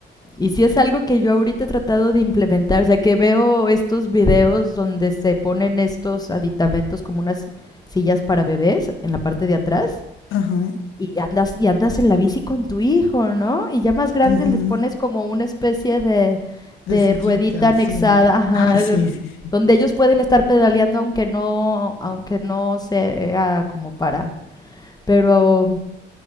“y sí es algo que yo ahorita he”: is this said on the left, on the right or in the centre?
Left